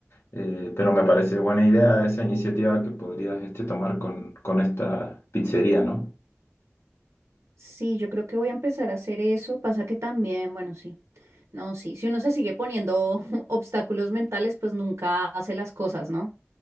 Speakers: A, on the left; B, on the right.
A: Eh, pero me parece buena idea esa iniciativa que podrías este, tomar con, con esta pizzería, ¿no?
B: Sí, yo creo que voy a empezar a hacer eso. Pasa que también, bueno, sí. No, sí. Si uno se sigue poniendo <laughs> obstáculos mentales, pues nunca hace las cosas, ¿no?